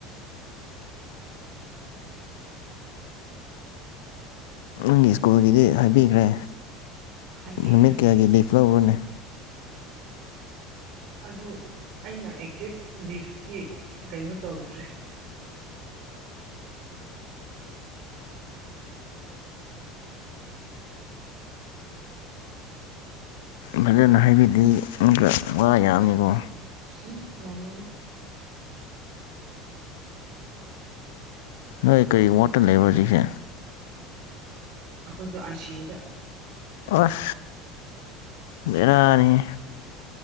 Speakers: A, on the left; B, on the right.
A: ꯅꯪꯒꯤ ꯁ꯭ꯀꯨꯜꯒꯤꯗꯤ ꯍꯥꯏꯕꯤꯈ꯭ꯔꯦ
B: ꯍꯥꯏꯕꯤꯈ꯭ꯔꯦ
A: ꯅꯨꯃꯤꯠ ꯀꯌꯥꯒꯤ ꯂꯤꯐ ꯂꯧꯔꯅꯤ
B: ꯑꯗꯨ ꯑꯩꯅ ꯑꯦꯛꯖꯦꯛ ꯂꯤꯐꯇꯤ ꯀꯩꯅꯣ ꯇꯧꯗ꯭ꯔꯤ
A: ꯐꯖꯅ ꯍꯥꯏꯕꯤꯗꯤ ꯑꯃꯨꯛꯒ ꯋꯥ ꯌꯥꯝꯅꯤꯀꯣ
B: ꯎꯝ ꯌꯥꯝꯃꯣꯏꯗ
A: ꯅꯣꯏ ꯀꯔꯤ ꯋꯥꯠꯇ ꯂꯩꯕ꯭ꯔꯣ ꯍꯧꯖꯤꯛꯁꯦ
B: ꯑꯈꯣꯏꯗꯣ ꯑꯥꯏ ꯁꯤ ꯌꯨꯗ
A: ꯑꯁ ꯕꯦꯔꯥꯅꯤꯍꯦ